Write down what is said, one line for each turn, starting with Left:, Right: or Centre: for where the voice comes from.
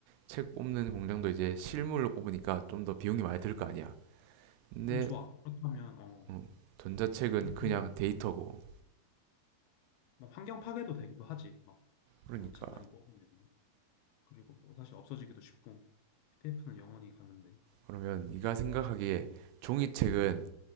Right: 책 뽑는 공장도 이제 실물로 뽑으니까 좀 더 비용이 많이 들
Left: 음,
Right: 거 아니야 근데
Left: 음, 좋아 그렇다면 어
Right: 어, 전자책은
Left: 그렇다면
Right: 그냥 데이터고.
Left: 음, 막 환경 파괴도 되기도 하지. 막
Right: 그러니까
Left: 종이책 많이 뽑으면. 그리고 뭐 사실 없어지기도 쉽고. PDF는 영원히 가는데.
Right: 그러면 네가 생각하기에 종이책은
Left: 음.